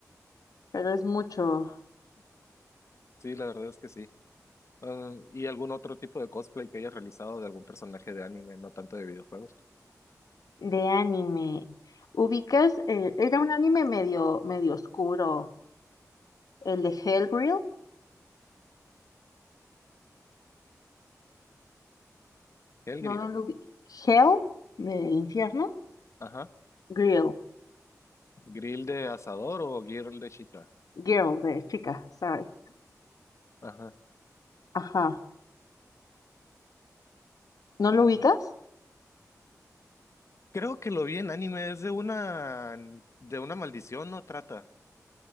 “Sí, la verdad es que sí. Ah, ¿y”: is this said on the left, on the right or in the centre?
Left